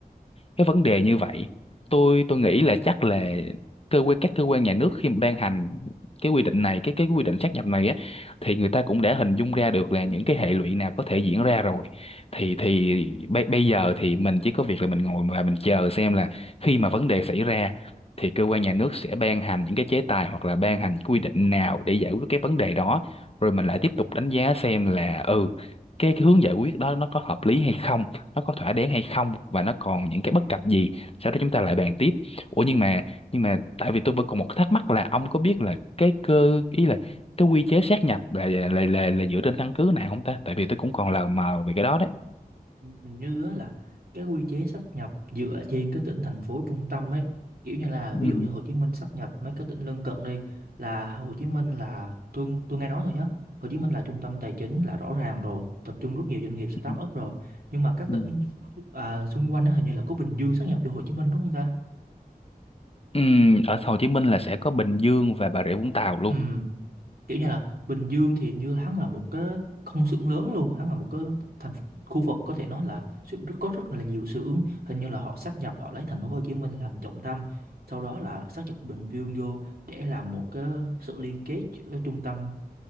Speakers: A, on the left; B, on the right.
A: cái vấn đề như vậy tôi tôi nghĩ là chắc là cơ quan các cơ quan nhà nước khi mà ban hành cái quy định này cái cái quy định sát nhập này á thì người ta cũng đã hình dung ra được là những cái hệ lụy nào có thể diễn ra rồi thì thì bây, bây giờ thì mình chỉ có việc là mình ngồi và mình chờ xem là khi mà vấn đề xảy ra thì cơ quan nhà nước sẽ ban hành những cái chế tài hoặc là ban hành quy định nào để giải quyết cái vấn đề đó rồi mình lại tiếp tục đánh giá xem là ừ cái, cái hướng giải quyết đó nó có hợp lý hay không nó có thỏa đáng hay không và nó còn những cái bất cập gì sau đó chúng ta lại bàn tiếp ủa nhưng mà nhưng mà tại vì tôi vẫn còn một cái thắc mắc là ông có biết là cái cơ ý là cái quy chế sát nhập là là là, là dựa trên căn cứ nào không ta tại vì tôi cũng còn lờ mờ về cái đó đấy
B: hình như á là cái quy chế sáp nhập dựa trên cái tỉnh thành phố trung tâm ấy kiểu như là
A: Ừ.
B: ví dụ như Hồ Chí Minh sáp nhập mấy cái tỉnh lân cận đi là Hồ Chí Minh là tôi tôi nghe nói thôi nhá Hồ Chí Minh là trung tâm tài chính là rõ ràng rồi tập trung rất nhiều doanh nghiệp start
A: Ừ.
B: up rồi nhưng mà các
A: Ừ.
B: tỉnh à, xung quanh á, hình như là có Bình Dương sáp nhập vô Hồ Chí Minh đúng không ta
A: ừ, ở Hồ Chí Minh là sẽ có Bình Dương và Bà Rịa Vũng Tàu luôn
B: ừ kiểu như là Bình Dương thì như hắn là một cái công xưởng lớn luôn hắn là một cái thành phố, khu vực có thể nói là sự- rất có rất là nhiều xưởng hình như là họ sáp nhập họ lấy thành phố Hồ Chí Minh làm trọng tâm sau đó là sáp nhập Bình Dương vô để làm một cái sự liên kết giữa trung tâm